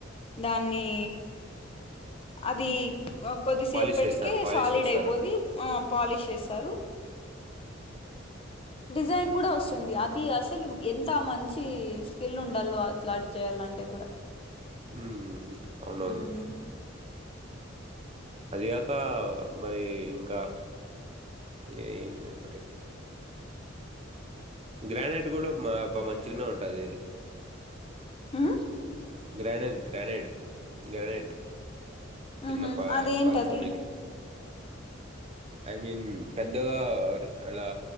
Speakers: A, on the left (about 30°); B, on the right (about 30°).
A: దాన్ని అది కొద్దిసేప్పటికే
B: పాలిష్ చేస్తారు. పాలిష్
A: సాలిడ్
B: చేస్తారా?
A: అయిపోది ఆ పాలిష్ చేశారు డిజైన్ గూడా వస్తుంది అది అసలు ఎంత మంచి స్కిల్ ఉండలో అట్లాంటి చేయాలంటే అంటే కూడా
B: ఉమ్ అవునవును
A: ఉమ్
B: అదిగాక మరి ఇంకా ఏమో మరి గ్రానైట్ కూడా బా మంచిగానే ఉంటది
A: ఆ
B: గ్రానేడ్ గ్రానేడ్ గ్రనేట్ కింద
A: ఉహు
B: ప
A: అదేంటది
B: పర్చూకునేకి ఐ మీన్ పెద్దగా అలా